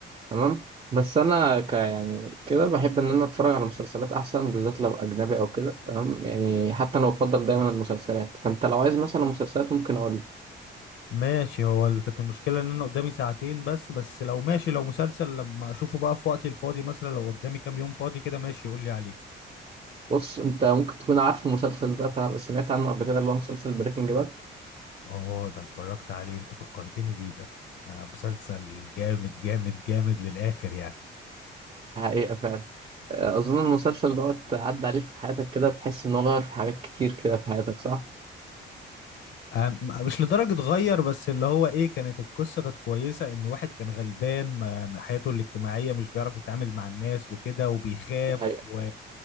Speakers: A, on the right; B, on the left.
A: تمام بس أنا ك يعني كده بحب إن أنا أتفرج على مسلسلات أحسن بالذات لو أجنبي أو كده تمام يعني حتى أنا بفضل دايما المسلسلات فأنت لو عايز مثلا مسلسلات ممكن أقول لك
B: ماشي هو ال- كانت المشكلة ان انا قدامي ساعتين بس بس لو ماشي لو مسلسل لما اشوفه بقى في وقتي الفاضي مثلا لو قدامي كام يوم فاضي كده ماشي قول لي عليه
A: بص أنت ممكن تكون عارف المسلسل ده تع- سمعت عنه قبل كده اللي هو مسلسل بريكنج باد
B: اه ده اتفرجت عليه انت فكرتني بيه ده ده مسلسل جامد جامد جامد للآخر يعني
A: حقيقة فعلا آه، أظن المسلسل دوت عدى عليك في حياتك كده تحس إنه غير في حاجات كتير كده في حياتك صح؟
B: أم- مش لدرجة غير بس اللي هو ايه كانت القصة كانت كويسة ان واحد كان غلبان ما- ما حياته الاجتماعية مش بيعرف يتعامل مع الناس وكده وبيخاف
A: ده حقيقة
B: و...